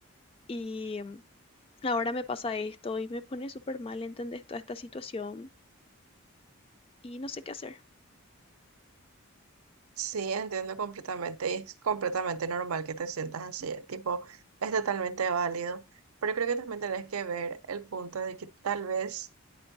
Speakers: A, on the left (about 25°); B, on the right (about 85°).
A: Y mm, ahora me pasa esto y me pone súper mal, ¿entendés? Toda esta situación y no sé qué hacer.
B: Sí, entiendo completamente, y es completamente normal que te sientas así, tipo, es totalmente válido, pero creo que también tenés que ver el punto de que tal vez